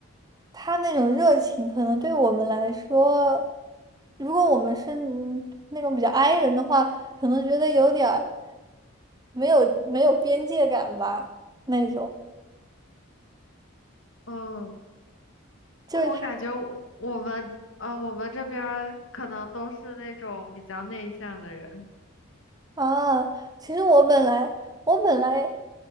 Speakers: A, on the right; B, on the left.
A: 他那种热情，可能对我们来说，如果我们是那种比较 i 人的话，可能觉得有点儿没有没有边界感吧，那种。
B: 嗯。
A: 就是他。
B: 我感觉我我们呃，我们这边儿可能都是那种比较内向的人。
A: 啊，其实我本来我本来